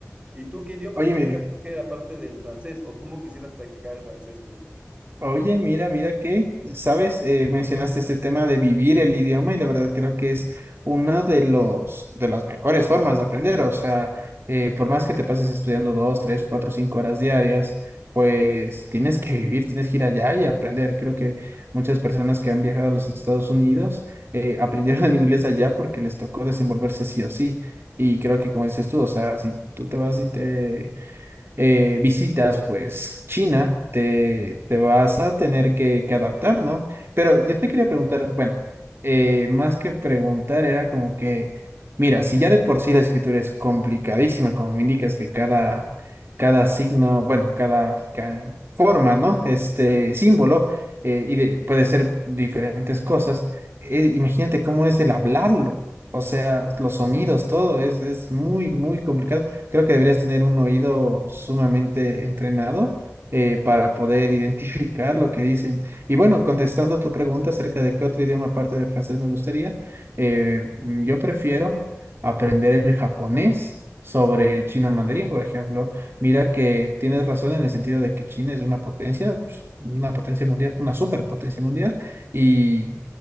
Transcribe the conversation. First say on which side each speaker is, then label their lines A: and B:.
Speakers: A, on the right; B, on the right.
A: ¿Y tú qué idioma
B: Oye,
A: quisieras
B: Mirio.
A: coger aparte del francés o cómo quisieras practicar el francés tú?
B: Oye, mira, mira que, sabes, Eh, mencionaste este tema de vivir el idioma y la verdad creo que es una de los, de las mejores formas de aprender. O sea, eh, por más que te pases estudiando dos, tres, cuatro, cinco horas diarias, pues tienes que vivir, tienes que ir allá y aprender. Creo que muchas personas que han viajado a los Estados Unidos eh, aprendieron <laughs> inglés allá porque les tocó desenvolverse sí o sí. Y creo que como dices tú, o sea, si tú te vas y te eh, visitas pues China, te, te vas a tener que, que adaptar, ¿no? Pero yo te quería preguntar, bueno, eh, más que preguntar era como que, mira, si ya de por sí la escritura es complicadísima, como me indicas que cada, cada signo, bueno, cada, ca- forma, ¿no? Este
A: Ujú.
B: símbolo, eh, y de- puede ser diferentes cosas, eh, imagínate cómo es el hablarlo. O sea, los sonidos, todo es, es muy, muy complicado creo que deberías tener un oído sumamente entrenado eh, para poder identificar lo que dicen. Y bueno, contestando tu pregunta acerca de qué otro idioma aparte del francés me gustaría, eh, mm, yo prefiero aprender el japonés sobre el chino mandarín, por ejemplo. Mira que tienes razón en el sentido de que China es una potencia, pues, una potencia mundial, una superpotencia mundial, y